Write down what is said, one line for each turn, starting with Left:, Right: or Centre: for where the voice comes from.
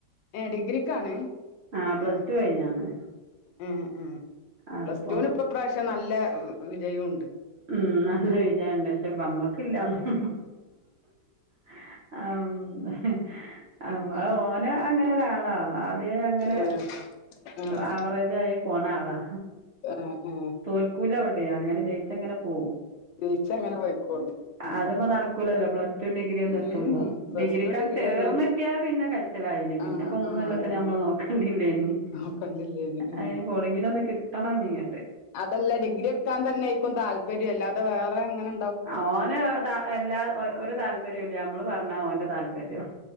Left: ഏ ഡിഗ്രിക്കാണ്
Right: ആ പ്ലസ്
Left: ഏഹ്
Right: ടു കഴിഞ്ഞാണ്
Left: ഏഹ്
Right: അപ്പം
Left: പ്ലസ് ടൂവിന് ഇപ്പം ഈപ്രാവശ്യം നല്ല വിജയം ഉണ്ട്
Right: മം നല്ല വിജയവൊണ്ട് പക്ഷെ ഞമ്മക്ക് ഇല്ലാന്ന്-
Left: ഉം
Right: ആഹ് ആഹ് നമ്മടെ
Left: ഉം
Right: ഓന് അങ്ങനെ ഒരാളാ ആദ്യവേ അങ്ങനെ
Left: ഏഹ് ആഹ്
Right: ആവറേജായി- പോണ ആളാ
Left: ആഹ് ആഹ്
Right: തോൽക്കൂല എവിടെയും അങ്ങനെ ജയിച്ച് അങ്ങനെ പോവും
Left: ജയിച്ചങ്ങനെ പോയ്ക്കോളും ഉം
Right: അത് തിപ്പോ നടക്കൂലല്ലോ പ്ലസ്- ടൂ ഡിഗ്രി ഒന്ന് എത്തുമ്പോ
Left: ഉം പ്ലസ്
Right: ഡിഗ്രിക്കാണ്ട്
Left: ടു ഡിഗ്രി
Right: ചേർന്നിട്ടിയാ
Left: ഒന്നും
Right: പിന്നെ കഴിച്ചലായിനി പിന്നെ
Left: ആഹ്
Right: ഇപ്പൊ മൂന്നുകൊല്ലത്തിന്
Left: ആഹ് അതന്നെ
Right: നമ്മള് നോക്ക കണ്ടില്ലേനി
Left: നോക്കണ്ടില്ലേനി ഉം
Right: അയിനിപ്പോ എവിടെങ്കില്ലു ഒന്ന് കിട്ടണം ഇനിങ്ങട്ട്
Left: അതല്ല ഡിഗ്രി എടുക്കാൻ തന്നെയായിരിക്കും താല്പര്യം അല്ലാതെ വേറെ എങ്ങനെ
Right: അവന് ത എല്ലാ ഒരു താല്പര്യം ഇല്ല നമ്മള് പറഞ്ഞ ഓന്റെ താല്പര്യം